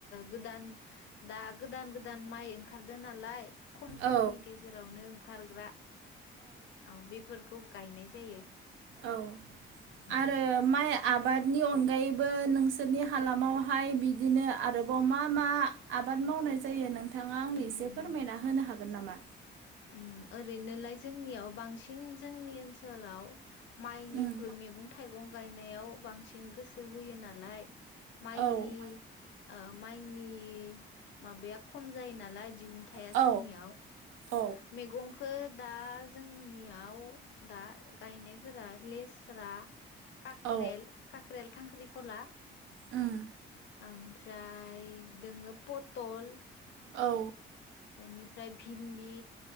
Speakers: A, on the left; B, on the right.
A: गोदान दा गोदान गोदान माइ ओंखारदो नालाय खम समनि
B: औ
A: गेजेरावनो खारग्रा। औ बेफोरखौ गायनाय जायो।
B: औ
A: उम
B: आरो माया आबादनि अनगायैबो नोंसोरनि हालामावहाय बिदिनो आरोबाव मा मा आबाद मावनाय जायो नों थाङा आंनो
A: उम
B: एसे फोरमायना होनो हा गोन नामा?
A: उम ओरैनोलाय जोंनियाव बांसिन जोंनि ओनसोलाव माइनिख्रुइ
B: उम
A: मैगं थाइगं गायनायाव बांसिन गोसो होयो नालाय। माइनि
B: औ
A: ओ माइनि माबाया खम जायो नालाय दिहुनथाया
B: औ
A: जोंनियाव।
B: औ
A: मैगंखो दा जोंनियाव दा गायनायफोरा लेस्रा काक्रेल
B: औ
A: काक्रेल खांख्रि खला
B: उम
A: ओमफ्राय दोङो पटल
B: औ।
A: एनिफ्राय भिन्दि।